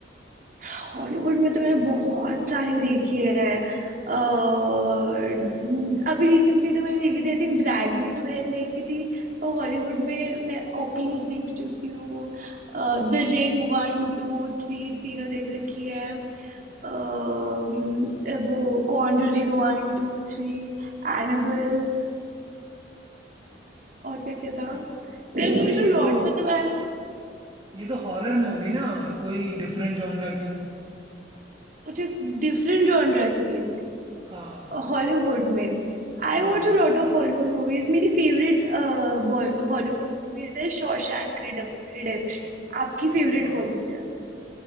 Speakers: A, on the right (about 50°); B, on the right (about 30°).
A: हॉलीवुड में तो मैंने बहुत सारी देखी है और अभी रिसेंटली तो मैंने देखी थी I think Drag Me to Hell देखी थी तो हॉलीवुड में मैं ओकुलस देख चुकी हूँ The Ring one two three तीनों देख रखी है अम्म, वो Conjuring one two three Annabelle और क्या क्या था
B: अ-
A: मैं
B: अच्छा
A: वो जो
B: ये
A: लॉट
B: तो
A: मतलब आई एम
B: ये तो हॉरर में होगी ना कोई डिफरेंट जॉनरा की
A: मुझे डिफरेंट जॉनर की
B: हाँ
A: हॉलीवुड में I
B: हाँ
A: watch
B: हाँ
A: a lot of Hollywood movies मेरी फेवरेट हॉलीवुड मूवीज है शॉशैंक रिडेम्पशन आपकी फेवरेट
B: हाँ
A: कौन सी है